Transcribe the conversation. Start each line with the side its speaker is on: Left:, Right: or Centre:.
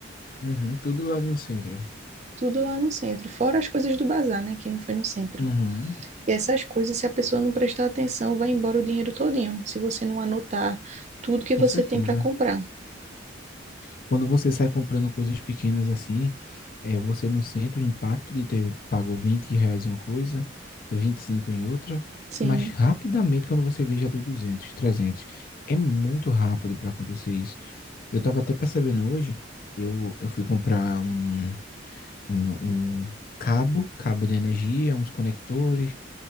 Left: Uhum, tudo lá no centro.
Right: Tudo lá no centro, fora as coisas do bazar, né, que não foi no centro.
Left: Uhum,
Right: E essas coisas, se a pessoa não prestar atenção, vai embora o dinheiro todinho, se você não anotar tudo que
Left: com
Right: você
Left: certeza.
Right: tem para comprar.
Left: Quando você sai comprando coisas pequenas assim, é, você não sente o impacto de ter pago 20 reais em uma coisa, 25 em outra,
Right: Sim,
Left: mas rapidamente quando você vê já deu 200, 300, É muito rápido para acontecer isso. Eu estava até percebendo hoje, eu, eu fui comprar um, um cabo, cabo de energia, uns conectores,